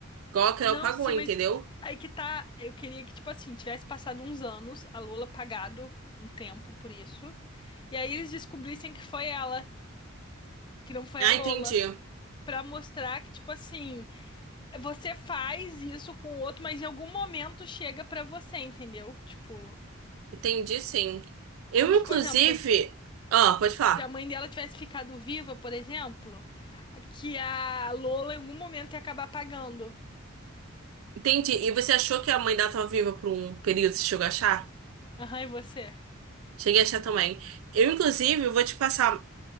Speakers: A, on the right; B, on the left.
A: Coloca,
B: Não,
A: ela pagou,
B: sim,
A: entendeu?
B: mas aí que tá. Eu queria que, tipo assim, tivesse passado uns anos, a Lola pagado um tempo por isso. E aí eles descobrissem que foi ela, que não foi
A: Ah,
B: a Lola.
A: entendi.
B: Pra mostrar que, tipo assim, você faz isso com o outro, mas em algum momento chega pra você, entendeu? Tipo,
A: Entendi, sim. Eu,
B: como
A: inclusive.
B: se, por exemplo,
A: Ah, pode falar.
B: se a mãe dela tivesse ficado viva, por exemplo, que a Lola em algum momento ia acabar pagando.
A: Entendi. E você achou que a mãe dela estava viva por um período? Você chegou a achar?
B: Aham, e você?
A: Cheguei a achar também. Eu, inclusive, vou te passar.